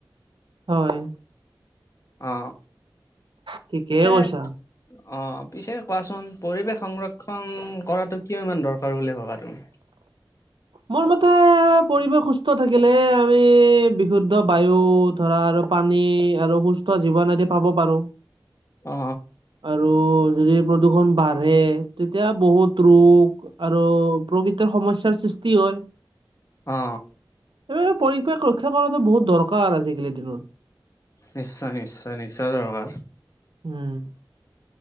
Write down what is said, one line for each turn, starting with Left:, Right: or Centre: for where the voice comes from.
Right: হয়
Left: অ
Right: ঠিকেই
Left: পিছে
Right: কৈছা
Left: অ পিছে কোৱাচোন পৰিৱেশ সংৰক্ষণ কৰাতো কিয় ইমান দৰকাৰ বুলি ভাবা তুমি
Right: মোৰ মতে পৰিৱেশ সুস্থ থাকিলেহে আমি বিশুদ্ধ বায়ু ধৰা আৰু পানী আৰু সুস্থ জীৱন আদি পাব পাৰো
Left: অ
Right: আৰু যদি প্ৰদূষণ বাঢ়ে তেতিয়া বহুত ৰোগ আৰু প্ৰকৃৃতিৰ সমস্যাৰ সৃষ্টি হয়
Left: অ
Right: এই পৰিৱেশ ৰক্ষা কৰাতো বহুত দৰকাৰ আজিকালি দিনত
Left: নিশ্চয় নিশ্চয় নিশ্চয় দৰকাৰ
Right: উম